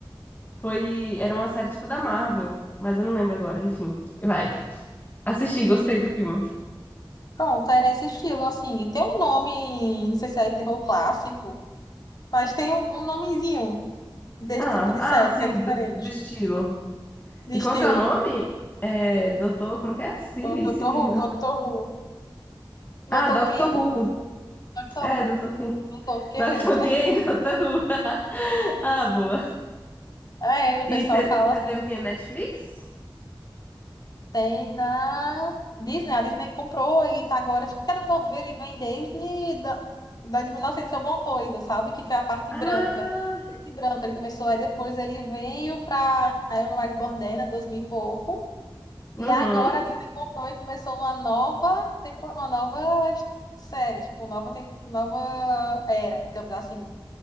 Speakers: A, on the left; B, on the left.
A: Foi, era uma série tipo da Marvel, mas eu não lembro agora, enfim. Vai. Assisti, gostei do filme.
B: Pronto, é nesse estilo, assim. Tem um nome, não sei se é terror clássico, Mas tem um, um nomezinho desse
A: Ah,
B: tipo de
A: ah,
B: série
A: sim,
B: que é diferente.
A: do, do estilo.
B: De
A: E
B: estilo.
A: qual que é o nome? É, Doutor, como que é? Silly,
B: Doctor
A: Silly,
B: Who,
A: não.
B: Doctor Who. Doutor
A: Ah, Doctor
B: quem?
A: Who.
B: Doctor
A: É,
B: Who.
A: Doutor quem?
B: Doutor quem?
A: Doctor
B: <laughs> É,
A: quem?
B: tipo,
A: <laughs> Doctor Who. <laughs> Ah, boa.
B: é, o
A: E
B: pessoal
A: você
B: fala assim.
A: vê o quê? Netflix?
B: Tem na Disney. A Disney comprou e tá agora. Tipo, cada Doctor Who ele vem desde da, da de 1900 alguma coisa, sabe? Que foi a parte
A: Ah,
B: branca. Preto e branco. Ele começou aí depois ele veio pra a era mais moderna, 2000 e pouco. E
A: uhum.
B: agora a Disney comprou e começou uma nova temporada, uma nova es- série, tipo, nova, tem- nova era, digamos assim.